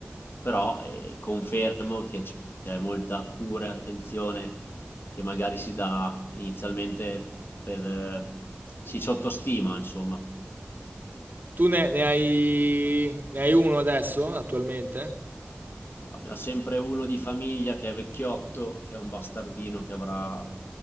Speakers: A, on the left; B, on the right.
A: però eh, confermo che c- c'è molta cura e attenzione che magari si dà inizialmente per, eh, si sottostima, insomma.
B: Tu ne, ne hai, ne hai uno adesso, attualmente?
A: No, ne ho sempre uno di famiglia che è vecchiotto, che è un bastardino che avrà